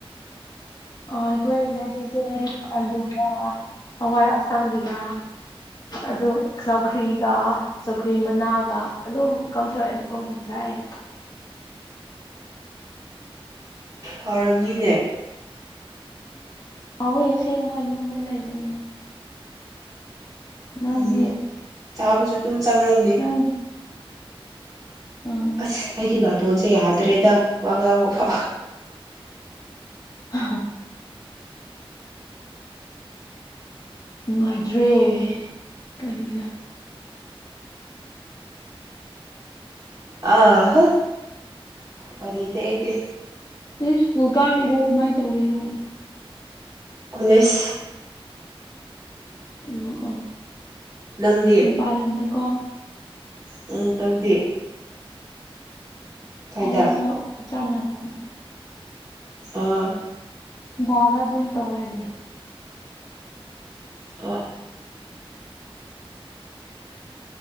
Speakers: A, on the left; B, on the right.
A: ꯑ ꯑꯩꯈꯣꯏ ꯉꯁꯤꯁꯦ ꯑꯂꯨꯒ ꯍꯋꯥꯏ ꯑꯁꯥꯡꯕꯤꯒ ꯑꯗꯨ ꯆꯧꯈ꯭ꯔꯤꯒ ꯆꯧꯈ꯭ꯔꯤ ꯃꯅꯥꯒ ꯑꯗꯨꯝ ꯀꯥꯡꯁꯣꯛꯑꯦ ꯑꯗꯨꯒꯨꯝ ꯆꯥꯏꯑ
B: ꯍꯥꯎꯔꯝꯅꯤꯅꯦ
A: ꯀꯥꯎꯋꯦ ꯑꯁꯦꯡꯕ ꯌꯨꯝꯗ ꯂꯩꯕꯅꯤꯅꯦ ꯅꯪꯗꯤ
B: ꯎꯝ ꯆꯥꯄꯁꯨ ꯊ ꯆꯒꯂ
A: ꯅꯪ ꯎꯝ
B: ꯑꯁ ꯑꯩꯒꯤ ꯅꯥꯇꯣꯟꯁꯦ ꯌꯥꯗ꯭ꯔꯦꯗ ꯋꯥ ꯉꯥꯡꯕ
A: ꯎ ꯅꯨꯡꯉꯥꯏꯇ꯭ꯔꯦ ꯀꯔꯤꯗ
B: ꯑꯍ ꯀꯅꯇꯩ ꯑꯩꯗꯤ
A: ꯅ ꯁ꯭ꯀꯨꯜ ꯀꯥꯔꯤꯔꯣ ꯀꯃꯥꯏꯅ ꯇꯧꯔꯤꯅꯣ
B: ꯀꯣꯂꯦꯁ
A: ꯎꯝ ꯎꯝ
B: ꯅꯪꯗꯤ
A: ꯃꯄꯥꯥꯟꯜ ꯂꯝꯗ ꯀꯣ
B: ꯎꯝ ꯇꯪꯗꯤꯦ ꯀꯥꯏꯗ
A: ꯑꯩꯁꯨ ꯆꯃꯅ
B: ꯑꯥ
A: ꯥꯔ ꯑꯗꯨꯝ ꯇꯧꯋꯦꯅꯦ
B: ꯑ